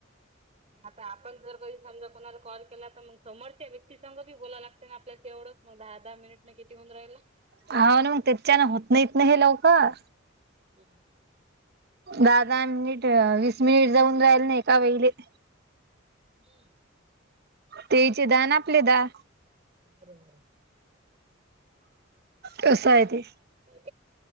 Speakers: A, on the right; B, on the right.
A: आता आपण जर कधी समजा कोणा कॉल केला तर मग समोरच्या व्यक्तीसघ बी बोला लागते ना आपल्याला ते एवढं मग दहा दहा मिनिट न किती होऊन राहिला.
B: ह ना मग त्याच्यान होत नाहीत ना हे लवकर
A: हम
B: दहा दहा मिनिट वीस मिनिट जाऊन राहिल ना एका वेलेले
A: हम्म
B: तेचे दहा ना आपले दहा
A: बरोबर
B: कसा आहे ते
A: काही काय